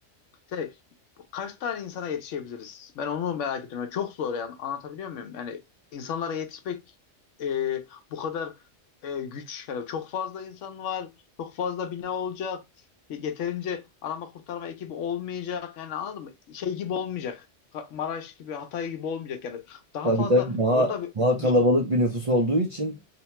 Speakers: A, on the left; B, on the right.
A: şey, kaç tane insana yetişebiliriz? Ben onu merak ediyorum. Yani çok zor yani anlatabiliyor muyum? Yani insanlara yetişmek e, bu kadar e, güç. Yani çok fazla insan var, çok fazla bina olacak. Y- Yeterince arama kurtarma ekibi olmayacak. Yani anladın mı? Şey gibi olmayacak. Ka- Maraş gibi, Hatay gibi olmayacak. Yani daha
B: Tabii
A: fazla
B: tabii daha,
A: orada bir,
B: daha kalabalık
A: bir-
B: bir nüfus olduğu için